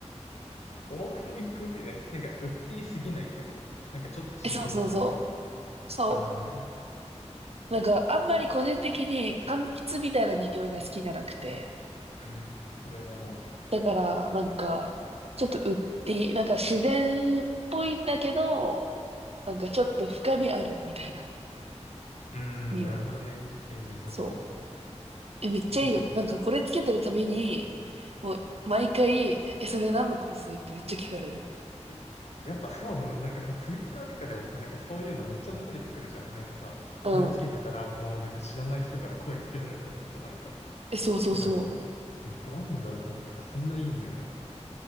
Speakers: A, on the left; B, on the right.
A: オーガニックってね、なんか売っていすぎないってこと。なんかちょっと自然な感じ。
B: え、そうそうそう。そ
A: ああ、なるほ
B: う。なんかあんまり個人的に柑橘みたいな匂いが好きじゃなくて。
A: ど。うん、俺もの。を
B: だからなんか、ちょっとウッディ、なんか自然っぽいんだけど、なんかちょっと深みあるみたいな
A: うーん、
B: 匂い。
A: なるほどね。え、良さそ
B: そう。え、めっちゃいいよ。
A: う。いいね。
B: なんかこれつけてるたびに、もう毎回、え、それ何の香水ってめっちゃ聞かれる。
A: え、やっぱそうなの、なんかさ、ツイッターとかでもさ、なんかそういうのめっちゃ流れてくるじゃん。なんかさ、
B: うん。
A: これつけてたらもうなんか知らない人から声かけられたとかさ、なんか。
B: え、そうそうそう。
A: だからさ、え、えどうなんだろうと思ったけど、あそんないい匂いなんだ。